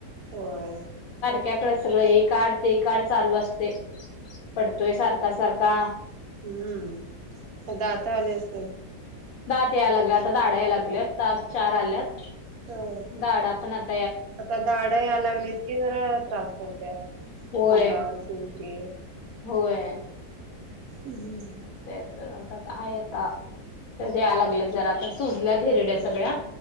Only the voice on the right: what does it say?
होय.
हम्म आता दात आले असतील?
होय.
आता दाड या लागलीत की जरा त्रास करत्यात
संडास, उलटी
उ हू